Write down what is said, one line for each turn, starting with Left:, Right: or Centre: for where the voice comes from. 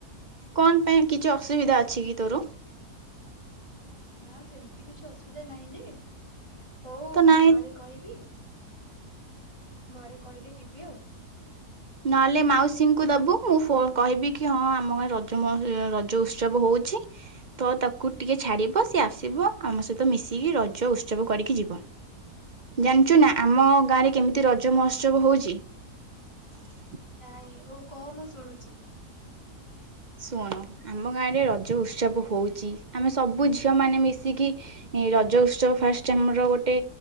Right: କଣ ପାଇଁ କିଛି ଅସୁବିଧା ଅଛି କି ତୋର
Left: ନା ସେମିତି କିଛି ଅସୁବିଧା ନାହିଁ ଯେ ହଉ
Right: ତ
Left: ମୁଁ
Right: ନାହିଁ
Left: ଘରେ କହିବି ଘରେ କହିଲେ ଯିବି ଆଉ
Right: ନହେଲେ ମାଉସୀଙ୍କୁ ଦବୁ ଫୋ କହିବି କି ହଁ ଆମ ଗାଁ ରେ ରଜ ସହ ରଜ ଉତ୍ସବ ହଉଛି। ତ ତାକୁ ଟିକେ ଛାଡ଼ିବ ସିଏ ଆସିବ ଆମ ସହିତ ମିଶିକି ରଜ ଉତ୍ସବ କରିକି ଯିବ। ଜାଣିଛୁ ନା ଆମ ଗାଁ ରେ କେମିତି ରଜ ମହୋତ୍ସବ ହଉଛି। ହଁ
Left: ନାଇଁ ହଉ କହ ମୁଁ ଶୁଣୁଛି।
Right: ଶୁଣ ଆମ ଗାଁ ରେ ରଜ ଉତ୍ସବ ହଉଛି ଆମେ ସବୁ ଝିଅ ମାନେ ମିଶିକି। ଏ ରଜ ଉତ୍ସବ ଫାଷ୍ଟ ଆମ ର ଗୋଟେ।